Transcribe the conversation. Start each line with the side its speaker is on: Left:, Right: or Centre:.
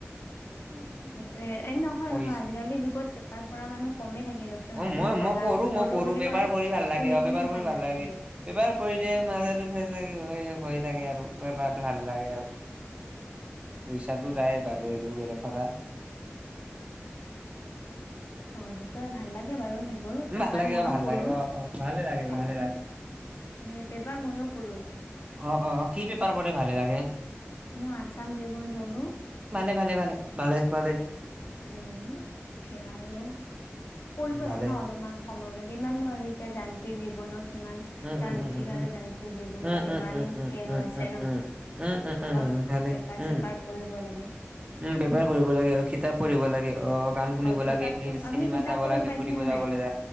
Left: সেইটোয়ে এই নহয়
Right: পইচা
Left: নহয় আজিকালি যুগত তাৰ পৰা মানুহ কমে থাকে দিয়কচোন
Right: অ
Left: আপুনি
Right: মই
Left: পঢ়া
Right: মই পঢ়ো মই পঢ়ো
Left: বুলি
Right: পেপাৰ
Left: কৰে
Right: পঢ়ি ভাল লাগে
Left: শুনি কিনে
Right: পেপাৰ পঢ়ি ভাল
Left: লাগিলে
Right: লাগে পেপাৰ পঢ়িলে
Left: অ
Right: মাথাটো ফ্ৰেচ হৈ থাকে আৰু পেপাৰ টো ভাল লাগে আৰু পইচাটো যায় বাৰু এইটো বেলেগ কথা
Left: অ সেই তই ভাল লাগে বাৰু সেইবোৰ পেপাৰ
Right: ভাল লাগে
Left: মইো
Right: অ ভাল
Left: পঢ়ো
Right: লাগে অ অ ভালে লাগে ভালে
Left: অ
Right: লাগে
Left: সেই পেপাৰ ময়ো পঢ়ো
Right: অ অ কি পেপাৰ পঢ় ভালে লাগে
Left: মই আছাম গুন পঢ়ো
Right: ভালে ভালে ভালে ভালে
Left: উম খিয়া ৰ পঢ়িব
Right: ভালে
Left: লাগে ন অলপমান সময় লাগে ইমান নো এতিয়া যান্ত্ৰিক জীৱনত ইমান
Right: উম
Left: তান্ত্ৰিক
Right: উম উম উম
Left: আৰু যান্ত্ৰিক জীৱনত
Right: উম উম
Left: ইমান শে
Right: উম
Left: হৈ আছে
Right: উম
Left: ন
Right: উম উম উম উম উম উম
Left: অলপ
Right: উম ভালে
Left: পেপাৰ
Right: উম
Left: চেপাৰ পঢ়িব লাগে
Right: উম বেপাৰ কৰিব লাগে আৰু কিতাপ পঢ়িব লাগে অ গান শুনিব
Left: কিতাপতো
Right: লাগে ফ
Left: আপুনি
Right: চিনেমা
Left: কিতাপ
Right: চাব
Left: পঢ়ি
Right: লাগে
Left: পাইছে
Right: ফুৰিব
Left: নে
Right: যাবলৈ
Left: নাই